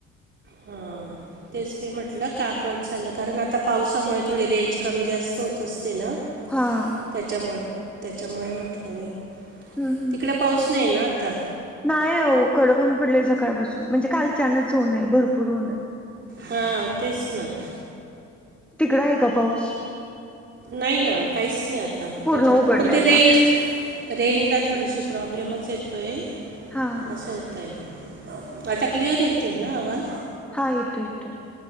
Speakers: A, on the right; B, in the centre.
A: हां. तेच मी म्हटलं का कट झालं कारण आता पावसामुळे थोडी रेंज कमी जास्त होत असते ना.
B: हा.
A: त्याच्यामुळे त्याच्यामुळे म्हटलं मी
B: हम्म
A: तिकडं पाऊस नाही ना आता.
B: नाही हो कडक होऊन पडलेय सकाळपासून म्हणजे कालचनच ऊने आहे भरपूर ऊन हाय.
A: हा तेच ना.
B: तिकड आहे का पाऊस?
A: नाही ना काहिच नाही आता
B: पूर्ण
A: माझ्यावर
B: उघडलाय
A: पण ते
B: आता
A: रेंज रेंजला थोडीशी प्रॉब्लेमच येतोय
B: हा
A: असं होतंय. आता क्लिअर येतोय ना आवाज?
B: हा येते येते